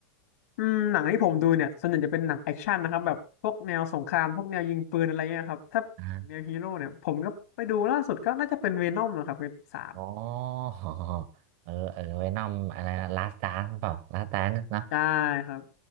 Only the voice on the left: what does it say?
อืมหนังที่ผมดูเนี่ยส่วนใหญ่จะเป็นหนังแอคชั่นนะครับแบบพวกแนวสงครามพวกแนวยิงปืนอะไรเงี้ยครับถ้าแนวฮีโร่เนี่ยผมก็ไปดูล่าสุดก็น่าจะเป็นเวนอมนะครับเป็นสาม
ใช่ครับ